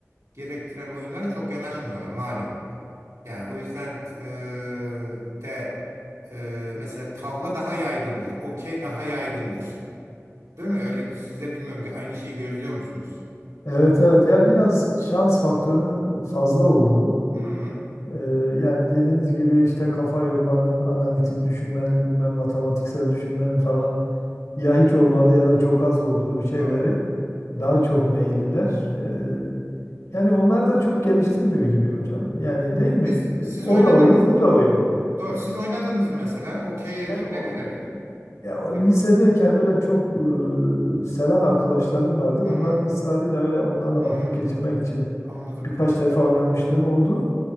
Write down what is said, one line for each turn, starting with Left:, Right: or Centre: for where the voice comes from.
Right: gerektiren oyunlara çok yanaşmıyorlar malum. Yani o yüzden e, de e, mesela tavla daha yaygındır, okey daha yaygındır. Değil mi? Öyle siz de bilmiyorum ki aynı şeyi gözlüyor musunuz?
Left: Evet evet yani biraz şans faktörünün fazla olduğu.
Right: Hı,
Left: e, yani dediğiniz gibi işte kafa yormanın, analitik düşünmenin, bilmem matematiksel düşünmenin falan ya hiç olmadı ya da çok az olduğu şeyleri
Right: doğru.
Left: daha çok meyilliler. Ee, yani onlar da çok geliştirmiyor gibi hocam. Yani değil mi?
Right: Siz siz
Left: O
Right: oynadınız
Left: da oyun,
Right: mı?
Left: bu da oyun.
Right: Doğru. Siz oynadınız mı mesela? Okey'e git
Left: Ben o,
Right: ne kadar gidin?
Left: ya, o
Right: Ne-
Left: lisedeyken böyle çok e, seven arkadaşlarım vardı.
Right: Hı
Left: Onların
Right: hı,
Left: ısrarıyla öyle onlarla
Right: hı
Left: vakit
Right: hı.
Left: geçirmek için
Right: Anladım.
Left: birkaç defa oynamışlığım oldu.